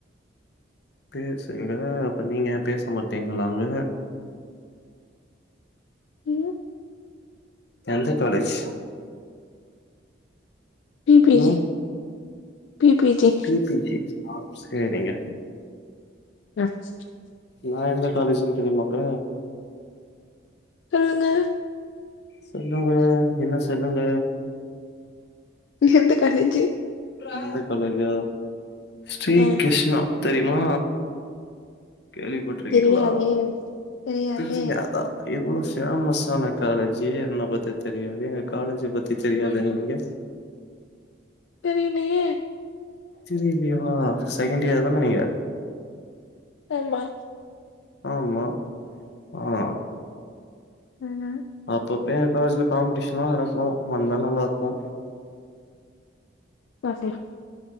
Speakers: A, on the left; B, on the left.
A: பேசுங்க அப்ப நீங்க பேச மாட்டீங்களாங்க
B: ம்
A: எந்த காலேஜ்
B: பி பி
A: ம்
B: ஜி பி பி ஜி
A: பிபிஜி சேரிங்க
B: <inaudible>
A: நா எந்த காலேஜின் தெரியுமாங்க
B: சொல்லுங்க
A: சொல்லுங்க என்ன சொல்லுங்க
B: எந்த காலேஜு
A: எந்தக் கலேஜா ஸ்ரீ
B: ஆ
A: கிஷ்ணா தெரிமா கேள்வி பட்ருக்கீங்ளா
B: தெரியாதே தெரியாதே
A: தெரியாதா எவ்ளோ ஃபேமஸான காலேஜு என்ன பத்தி தெரியாது எங்க காலேஜ பத்தி தெரியாதுங்றீங்க
B: தெரிலயே
A: தெரிலியா செகெண்ட் யேர் தான நீங்க
B: ஆமா
A: ஆமா ஆ
B: ஆமா
A: அப்பப்ப எங்க காலேஜ்ல காம்படீஷன்லா நடக்கு வந்தா நல்லா இருக்கு
B: <unintelligible>